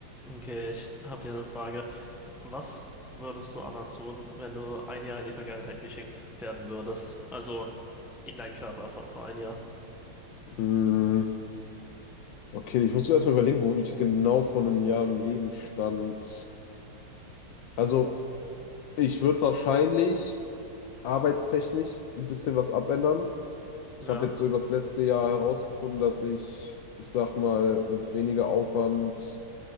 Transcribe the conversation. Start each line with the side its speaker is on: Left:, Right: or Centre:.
Centre: Okay, ich habe hier eine Frage. Was würdest du anders tun, wenn du ein Jahr in die Vergangenheit geschickt werden würdest? Also in deinen Körper von vor ein Jahr.
Left: Mm, Okay, ich muss zuerst mal überlegen, wo ich genau vor einem Jahr im Leben stand. Also, ich würde wahrscheinlich arbeitstechnisch ein bisschen was abändern.
Centre: Ja,
Left: Ich habe jetzt so über das letzte Jahr herausgefunden, dass ich, ich sag mal, mit weniger Aufwand